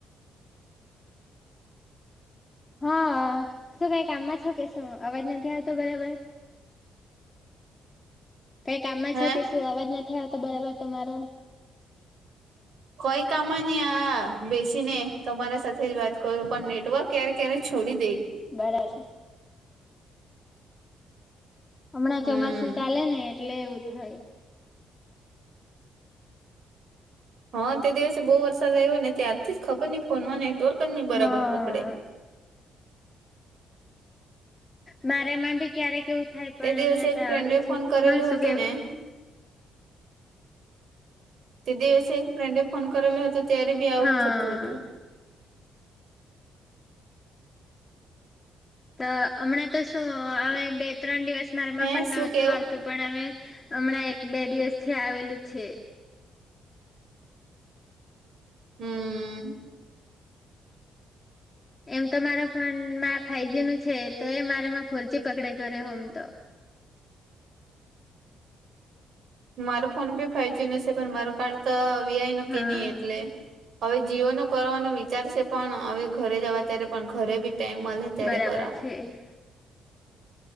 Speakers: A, on the left (about 20°); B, on the right (about 60°).
A: હા શું કઈ કામમાં છો કે શું? અવાજ નથી આવતો બરાબર? કઈ કામમાં
B: હે
A: છો કે શું અવાજ નથી આવતો બરાબર તમારો.
B: કોઈ કામ નહી આ બેસી ને તમારા સાથે જ વાત કરું. પણ નેટવર્ક ક્યારે ક્યારે છોડી દે.
A: બરા છે. હમણાં
B: હમ.
A: ચોમાસું ચાલે ને એટલે એવું થાય.
B: હા તે દિવસે બહુ વરસાદ આવ્યો ને ત્યારથી જ ખબર નહી ફોનમાં નેટવર્ક જ નહી બરાબર
A: હા
B: પકડે.
A: મારે માં ભી ક્યારેક એવું થાય પણ
B: તે દિવસે
A: હમણાં
B: એક
A: તો આવેલું
B: ફ્રેન્ડે
A: છે
B: ફોન કરેલો
A: હહ શું
B: હતો
A: કેવ?
B: ને તે દિવસે એક ફ્રેન્ડે ફોન કરેલો હતો ત્યારે બી આવું
A: હા
B: જ થતું હતું.
A: તો હમણાં તો શું હવે બે ત્રણ દિવસમા મારેમાં
B: હે
A: પણ
B: શું
A: નહોતું
B: કેવું
A: આવ તું પણ હવે હમણાં એક બે દિવસથી આવેલું છે.
B: હમ,
A: એમ તો મારા ફોનમા ફાઈવજી નું છે એ તો એ મારે ફોરજી પકડે ઘરે હોમ તો,
B: મારો ફોન બી ફાઈવ જી નો છે પણ મારો કાર્ડ તો વીઆઈ નો
A: હા
B: કે ની એટલે, હવે જીઓ નો કરવાનો વિચારશે પણ હવે ઘરે જવા ત્યારે પણ ઘરે બી, ટાઈમ મળે ત્યારે
A: બરાબર
B: કરા,
A: છે.